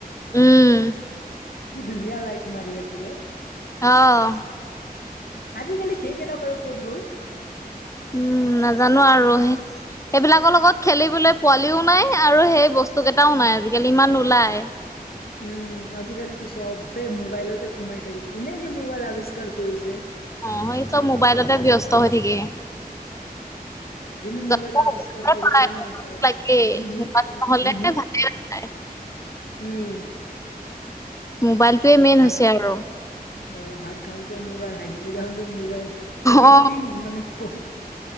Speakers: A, on the left (about 20°); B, on the left (about 75°).
A: উম'
B: কি ধুনীয়া লাইট মাৰি আছিলে।
A: অঁ'
B: আজিকালি সেই কেইটা বাৰু ক'ত গ'ল?
A: উম' নাজানো আৰু সে- সেইবিলাকৰ লগত খেলিবলে পোৱালিও নাই আৰু সেই বস্তুকেইটাও নাই, আজিকালি ইমান নোলায়।
B: উম আজিকালিতো চবে মোবাইলতে সোমাই থাকে। কোনে যে মোবাইল আৱিষ্কাৰ কৰিছে।
A: অঁ সেই চব মোবাইলতে ব্যস্ত হৈ থাকে।
B: যোনে মোবাইল
A: জন্ম
B: আৱিষ্কাৰ
A: হবৰ পৰাই
B: কৰিছে
A: মোবাইল
B: ন ত
A: লাগেই,
B: হম হম
A: মোবাইল নহলে
B: হম হম
A: ভাতে নাখায়।
B: উম।
A: মোবাইলটোৱে মেইন
B: ভাত
A: হৈছে আৰু।
B: অ, ভাত খাওঁতে মোবাইল হাগিব জাওঁতে মোবাইল এভ্ৰিথিং
A: অ
B: মানে <unintelligible>